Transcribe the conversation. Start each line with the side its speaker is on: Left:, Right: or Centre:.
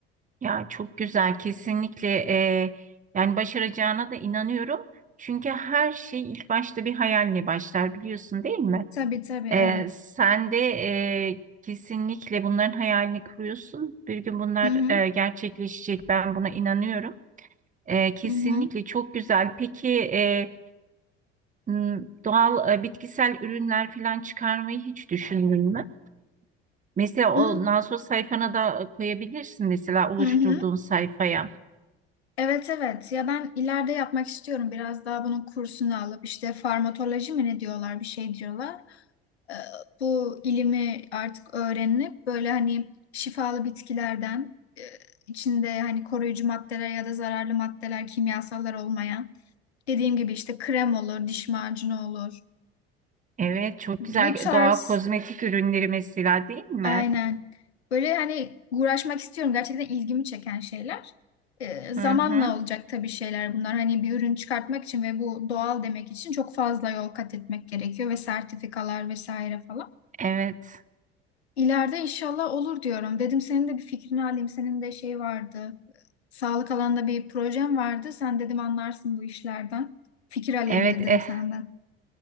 Right: Ya çok güzel kesinlikle eee, yani başaracağına da inanıyorum. Çünkü her şey ilk başta bir hayalle başlar biliyorsun değil mi?
Left: Tabii tabii evet.
Right: Eee, sen de eee, kesinlikle bunların hayalini kuruyorsun. Bir gün bunlar
Left: Hı hı.
Right: eee, gerçekleşecek ben buna inanıyorum. Eee, kesinlikle
Left: Hı hı.
Right: çok güzel. Peki eee, m, doğal eee, bitkisel ürünler falan çıkarmayı hiç düşündün mü? Mesela
Left: Onun
Right: o nasos sayfana da e, koyabilirsin mesela oluşturduğun
Left: Hı hı.
Right: sayfaya.
Left: Evet evet ya ben ileride yapmak istiyorum biraz daha bunun kursunu alıp işte farmakoloji mi ne diyorlar bir şey diyorlar. Ee, bu ilimi artık öğrenip böyle hani şifalı bitkilerden e, içinde hani koruyucu maddeler ya da zararlı maddeler kimyasallar olmayan dediğim gibi işte krem olur diş macunu olur
Right: Evet çok
Left: bu
Right: güzel
Left: tarz
Right: doğal kozmetik ürünleri mesela değil mi?
Left: Aynen. Böyle hani uğraşmak istiyorum. Gerçekten ilgimi çeken şeyler. Ee, zamanla
Right: Hı hı.
Left: olacak tabii şeyler bunlar. Hani bir ürün çıkartmak için ve bu doğal demek için çok fazla yol kat etmek gerekiyor ve sertifikalar vesaire falan.
Right: Evet.
Left: İleride inşallah olur diyorum. Dedim senin de bir fikrini alayım. Senin de şey vardı. Sağlık alanında bir projem vardı. Sen dedim anlarsın bu işlerden. Fikir alayım
Right: Evet.
Left: dedim
Right: E,
Left: senden.